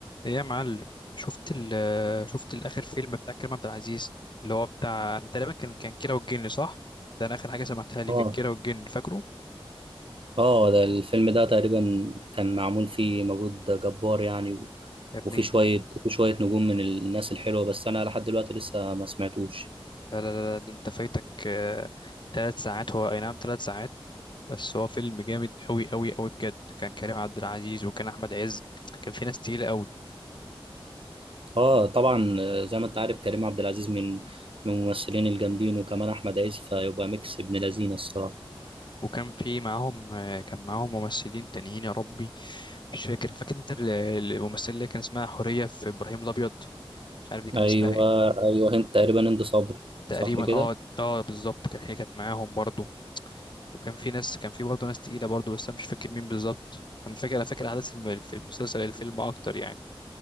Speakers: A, on the left; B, on the right.
A: ايه يا معلم شفت ال شفت الاخر فيلم بتاع كريم عبد العزيز اللي هو بتاع انا تقريبا كان كان كيرة والجن صح ده انا اخر حاجه سمعتها لي
B: اه
A: كانت كيرة والجن فاكره
B: اه ده الفيلم ده تقريبا كان معمول فيه مجهود جبار يعني و-
A: يا ابني
B: وفي شوية وفي شوية نجوم من الناس الحلوة بس أنا لحد دلوقتي لسه ما سمعتوش
A: لا لا لا لا، ده انت فايتك آه، ثلاث ساعات هو اي نعم ثلاث ساعات بس هو فيلم جامد قوي قوي قوي بجد كان كريم عبد العزيز وكان احمد عز كان في ناس تقيله قوي
B: اه طبعا آه، زي ما أنت عارف كريم عبد العزيز من من الممثلين الجامدين وكمان أحمد عز فيبقى ميكس ابن لذينة الصراحة
A: وكان في معاهم آه، كان معاهم ممثلين تانيين يا ربي مش فاكر فاكر انت ال- الممثله اللي كان اسمها حوريه في ابراهيم الابيض مش عارف دي كان
B: أيوه
A: اسمها ايه
B: أيوه هند تقريبا هند صبري
A: تقريبا
B: صح كده
A: اه اه بالظبط كان هي كانت معاهم برضو وكان في ناس كان في برضو ناس تقيلة برضو بس انا مش فاكر مين بالظبط انا فاكر انا فاكر احداث الم- في المسلسل الفيلم اكتر يعني